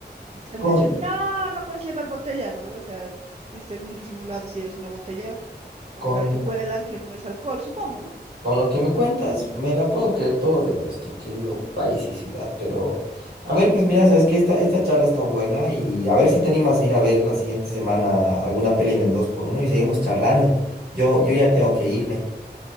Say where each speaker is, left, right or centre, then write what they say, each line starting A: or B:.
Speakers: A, on the right; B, on the right.
A: Y te han
B: con,
A: dicho, no, no puedes llevar botella, ¿no? ve? O sea, de ser muy disimulado si llevas una botella por-
B: con
A: para que huelan que no es alcohol, supongo, ¿no?
B: Con lo que me cuentas, me la puedo creer todo de nuestro querido país y ciudad, pero a ver, pues mira,
A: ¿Ve?
B: sabes que esta, esta charla está buena y a ver si te animas a ir a ver la siguiente semana alguna peli en el 2x1 y seguimos charlando. Yo, yo ya tengo que irme,